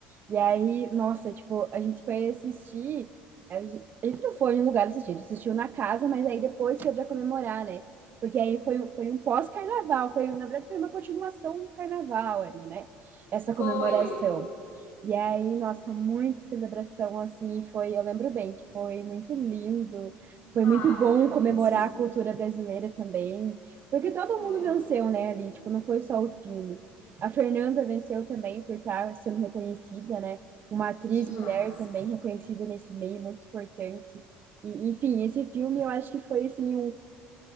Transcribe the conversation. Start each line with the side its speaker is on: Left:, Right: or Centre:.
Right: E aí, nossa, tipo, a gente foi assistir. A gente a gente não foi em um lugar assistir, a gente assistiu na casa, mas aí depois foi já comemorar, né? Porque aí foi, um- foi um pós-carnaval, foi, na verdade, foi uma continuação do carnaval ali, né? Essa
Left: Foi.
Right: comemoração. E aí, nossa, muita celebração assim, foi, eu lembro bem, que foi muito lindo, foi
Left: Ai,
Right: muito bom
Left: foi mesmo.
Right: comemorar a cultura brasileira também, porque todo
Left: Foi
Right: mundo venceu, né, ali, tipo, não foi só o filme. A Fernanda venceu também por estar sendo reconhecida, né? Uma atriz
Left: demais.
Right: mulher também reconhecida nesse meio, muito importante. E, enfim, esse filme eu acho que foi assim, um,